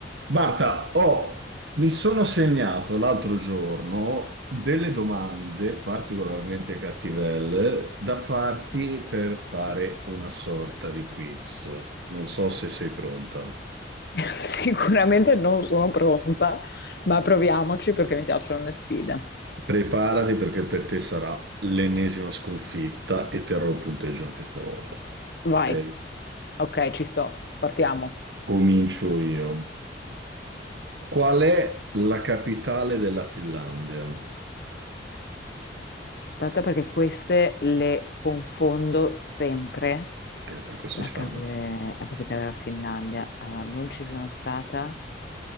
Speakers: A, on the right; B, on the left.
A: Marta, ho- mi sono segnato l'altro giorno delle domande particolarmente cattivelle da farti per fare una sorta di quiz. Non so se sei pronta.
B: <laughs> Sicuramente non sono pronta, ma proviamoci perché mi piacciono le sfide.
A: Preparati perché per te sarà l'ennesima sconfitta e terrò il punteggio anche stavolta.
B: Vai,
A: Ok?
B: Ok, ci sto, partiamo.
A: Comincio io. Qual è la capitale della Finlandia?
B: aspetta perché queste le confondo sempre.
A: Eh, per questo
B: La,
A: si fanno
B: cap- eh, la capitale della Finlandia. Allora, non ci sono stata.